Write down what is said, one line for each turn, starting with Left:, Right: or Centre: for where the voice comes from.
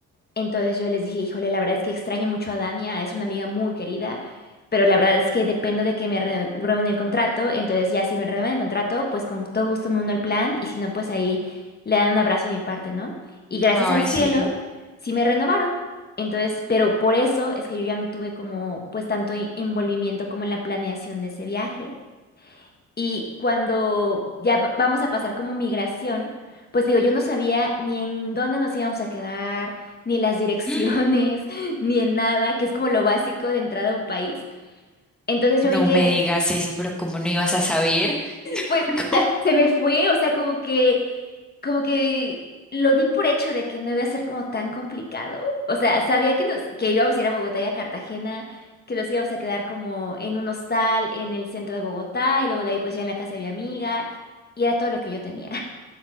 Left: Entonces yo les dije, híjole, la verdad es que extraño mucho a Dania, es una amiga muy querida, pero la verdad es que dependo de que me re- renueven el contrato, entonces ya si me renuevan el contrato, pues con todo gusto me uno al plan y si no, pues ahí le dan un abrazo a mi parte, ¿no? Y gracias
Centre: Ay,
Left: al cielo,
Centre: sí.
Left: sí me renovaron. Entonces, pero por eso es que yo ya no tuve como pues tanto i- envolvimiento como en la planeación de ese viaje. Y cuando ya v- vamos a pasar como migración, pues digo, yo no sabía ni en dónde nos íbamos a quedar, ni las direcciones,
Centre: <gasps>
Left: <laughs> ni en nada, que es como lo básico de entrada a un país. Entonces yo
Centre: No
Left: vi que,
Centre: me digas eso, pero ¿cómo no ibas a saber?
Left: pues,
Centre: <laughs>
Left: ta-
Centre: ¿Cómo?
Left: se me fue, o sea, como que, como que lo di por hecho de que no iba a ser como tan complicado. O sea, sabía que nos, que íbamos a ir a Bogotá y a Cartagena, que nos íbamos a quedar como en un hostal en el centro de Bogotá, y luego de ahí pues ya en la casa de mi amiga, y era todo lo que yo tenía.